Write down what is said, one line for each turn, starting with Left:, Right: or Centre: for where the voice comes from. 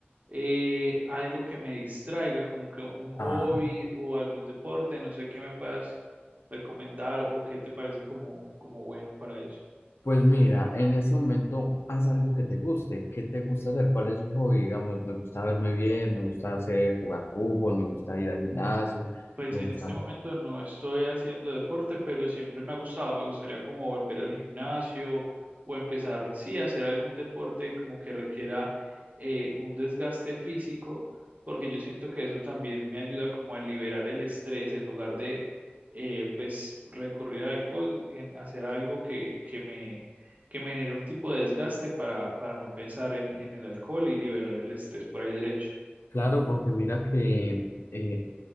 Right: eh, algo que me distraiga, como que un hobby
Left: ah,
Right: o algún deporte, no sé qué me puedas recomendar o qué te parece como, como bueno para eso.
Left: pues mira, en ese momento haz algo que te guste, ¿qué te gusta hacer? ¿Cuál es su hobby? Digamos, me gusta verme bien, me gusta hacer, jugar fútbol, me gusta ir al gimnasio,
Right: Pues
Left: me
Right: en
Left: gusta,
Right: este momento no estoy haciendo deporte, pero siempre me ha gustado. Me gustaría como volver al gimnasio o empezar, sí, a hacer algún deporte como que requiera eh, un desgaste físico, porque yo siento que eso también me ayuda como a liberar el estrés en lugar de, eh, pues, recurrir al alcohol, en hacer algo que, que me, que me genere un tipo de desgaste para, para no pensar en, en el alcohol y liberar el estrés por ahí derecho.
Left: claro, porque mira que eh,